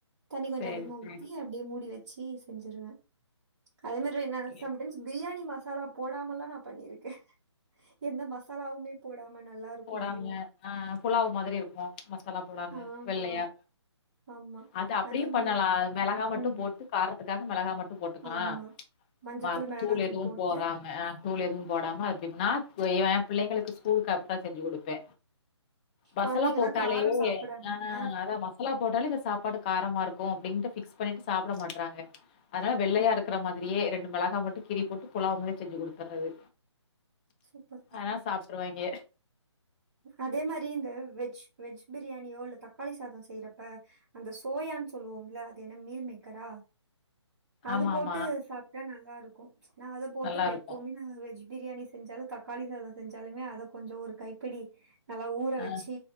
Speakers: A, on the right; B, on the left.
A: தண்ணி கொஞ்ச
B: சேரி
A: அதிகுமா
B: சேரி
A: ஊத்தி அப்டியே மூடி வ ச்சி செஞ்சுருவ அதே மாரி இன்னொரு
B: சேரி
A: சம்டைம்ஸ் பிரியாணி மா சாலா போடாமல்லா நா பண்ணிருக்கே எந்த மசாலாவுமே போடாம நல்லாருக்கும்
B: போடாம்ம
A: அதுவும்.
B: ஆஹ் புலாவ் மாதிரி இருக்கு மசாலா போடாம
A: ஆமா,
B: வெள்ளையா
A: ஆமா.
B: அது அப்பிடியும்
A: அதுவுமே
B: பண்ணலா
A: நல்லா
B: மெளகா மட்டு
A: ம்.
B: போட்டு கார் ரத்துகாக மெளகா மட் டும் போட்டுகுலா
A: ஆமா.
B: ச்
A: மஞ்சத்தூள்,
B: மா
A: மிளகாத்தூள்
B: தூள் எதுவும்
A: போட்டு
B: போறாம தூள் எதும் போடாம அப்பிப்புனா பொய்வ பிள்ளைங்களுக்கு ஸ்கூலுக்கு அப்ட்தா செஞ்சு குடுப்பே மசாலா
A: குழந்தைங்கலாம்
B: போட்டாலே
A: காரம் சாப்பிடாதுங்க.
B: ஆஹ் அதா மசாலா போட்டாலே இந்த சாப்பாடு காரமா இரு கோ அப்டின்ட்டு ஃபிக்ஸ் பண்ணிட்டு சாப்புட மாட்றாங்க அதா நா வெள்ளையா
A: ஓ!
B: இருக்குற மாதிரியே ரெண்டு மெளகா மட்டு கீரி போட்டு புலாவ் மாரி செஞ்சு குடுத்தர்றது
A: சூப்பர், சூப்பர்.
B: ஆனா சாப்ட்ருவாய்ங்க
A: அதே மாரி இந்த வெஜ் வெஜ் பிரியாணியோ இல்ல தக்காளி சாதோ செய்றப்ப அந்த சோயான் சொல்லுவோம்ல அது என்ன மீல் மேக்கரா அது
B: ஆமா
A: போட்டு
B: ஆமா
A: சாப்ட்டா நல்லா இருக்கு நா அத போட்ருவே
B: நல்லா இருக்கு
A: எப்பவ்மே நான் வெஜு பிரியாணி செஞ்சாலு தக்காளி சாதோ செஞ்சாலுமே அத கொஞ்சோ ஒரு கை பிடி நல்லா ஊற
B: ஆ
A: வச்சி